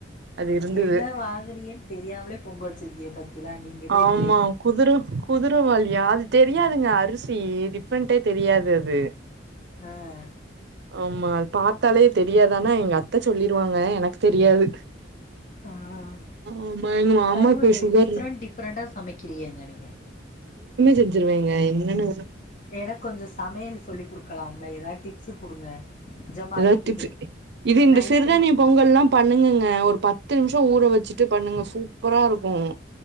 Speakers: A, on the right; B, on the left.
A: அது இருந்தது
B: என்ன வாங்கினீங்க தெரியாமலே பொங்க வச்சிருக்கிங்க பாத்திங்ல நீங்கதா
A: ஆமா
B: கிரேட்
A: குதிர குதிரவாலியா அது தெரியாதுங்க அரிசி டிஃப்ரெண்டே தெரியாது அது
B: ஆஹ்
A: ஆமா அ பார்த்தாலே தெரியாது ஆன எங்க அத்தை சொல்லிருவாங்க எனக்கு தெரியாது
B: ஆஹ்
A: ஆமா எங்க மாமாக்கு
B: பரவாயில்ல
A: சுகர்
B: டிஃப்ரெண்ட் டிஃப்ரெண்டா சமைக்கிறீங்கங்க நீங்க
A: செஞ்சருவேங்க என்னன்னு
B: எனக் கொஞ்சோ சமயல் சொல்லி குடுங்க லாம்ல ஏதாவது டிப்ஸ்ஸு குடுங்க நிஜமாலே
A: ஏதா இது
B: கேக்குறே
A: டிப்ஸ் இந்த
B: நைட்டுல
A: சிறுதானிய பொங்கல் எல்லாம் பண்ணுங்கங்க ஒரு பத்து பத்து நிமிஷம் ஊற வச்சுட்டு பண்ணுங்க சூப்பரா இருக்கும்